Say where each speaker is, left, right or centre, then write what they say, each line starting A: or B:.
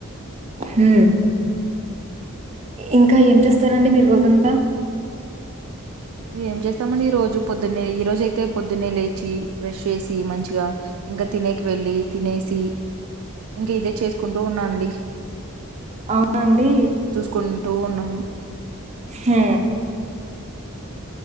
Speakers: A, on the right (about 30°); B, on the right (about 75°).
A: హ్ ఇంకా ఏం చేస్తారండి. మీరూ రోజంతా
B: ఏం చేస్తామండి. ఈ రోజు పొద్దున్నే ఈ రోజు అయితే పొద్దున్నే లేచి బ్రష్ చేసి మంచిగా ఇంకా తినేకి వెళ్ళి తినేసి ఇంక ఇదే చేసుకుంటూ ఉన్నాండి.
A: అవున అండి
B: కుంటూ ఉన్నాను
A: హ్